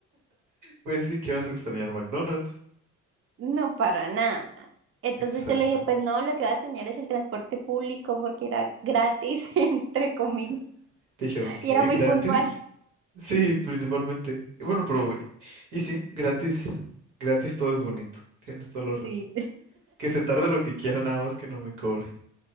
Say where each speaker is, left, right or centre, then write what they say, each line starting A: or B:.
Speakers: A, on the right; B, on the right.
A: Pues sí, que vas a extrañar McDonald's.
B: No, para nada. Entonces
A: Exacto.
B: yo le dije, pues no, lo que va a extrañar es el transporte público porque era gratis, <laughs> entre comillas,
A: Te dijeron, ¿qué?
B: y era muy
A: ¿Gratis?
B: puntual.
A: <laughs> Sí, principalmente. Y Bueno, pero, y sí, gratis, gratis todo es bonito. Tienes toda la razón.
B: Sí.
A: Que se tarde lo que quiera, nada más que no me cobre.